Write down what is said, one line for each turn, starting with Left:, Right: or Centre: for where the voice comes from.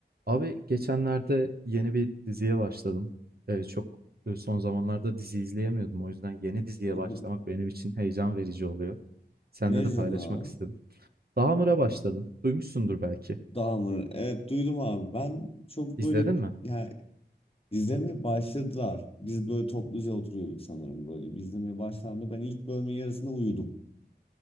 Right: Abi geçenlerde yeni bir diziye başladım. Ee, çok e, son zamanlarda dizi izleyemiyordum. O yüzden yeni diziye
Left: <laughs>
Right: başlamak
Left: Hı.
Right: benim için heyecan verici oluyor. Seninle
Left: Ne izledin
Right: de paylaşmak
Left: abi?
Right: istedim. Dahmer'a başladım. Duymuşsundur belki.
Left: Dahmer. Evet duydum abi. Ben çok
Right: İzledin
Left: böyle
Right: mi?
Left: yani izlemeye başladılar. Biz böyle topluca oturuyorduk sanırım böyle. Biz izlemeye başlandı. Ben ilk bölümün yarısında uyudum.